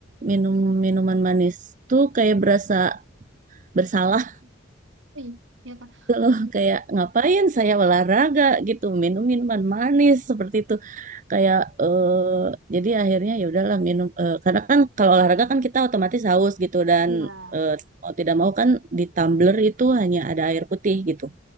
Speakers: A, on the right; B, on the right.
A: minum minuman manis tuh kayak berasa bersalah
B: Iya, iya, Kak.
A: <laughs> loh kayak ngapain saya olahraga gitu minum minuman manis seperti itu kayak eh jadi akhirnya ya udahlah minum eh, karena kan kalau olahraga kan kita otomatis haus gitu dan
B: Iya.
A: eh, mau tidak mau kan di tumbler itu hanya ada air putih gitu.